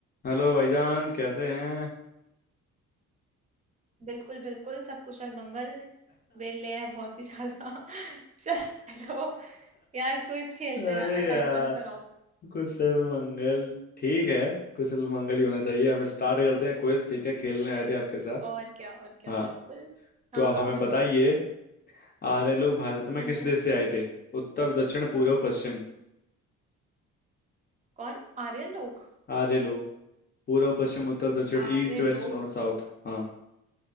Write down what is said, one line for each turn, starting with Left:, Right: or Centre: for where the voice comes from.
Left: Hello भाईजान कैसे हैं
Right: बिल्कुल बिल्कुल सब कुशल मंगल वेले हैं बहुत ही ज्यादा <laughs> चलो यार क्विज खेलते
Left: अरे
Right: हैं यार
Left: यार
Right: टाइम पास कराओ
Left: कुशल मंगल ठीक है कुशल मंगल ही होना चाहिए हम स्टार्ट करते हैं क्विज ठीक है खेलने आए थे आपके साथ
Right: और क्या और क्या
Left: हाँ
Right: बिल्कुल हाँ
Left: तो आप
Right: हाँ
Left: हमें
Right: बिल्कुल
Left: बताइए आर्य लोग भारत में
Right: हम्म
Left: किस देश से आए थे उत्तर दक्षिण पूर्व पश्चिम
Right: कौन आर्यन लोग
Left: आर्य लोग पूर्व पश्चिम उत्तर दक्षिण
Right: आर्य
Left: ईस्ट वेस्ट
Right: लोग
Left: नॉर्थ साउथ हाँ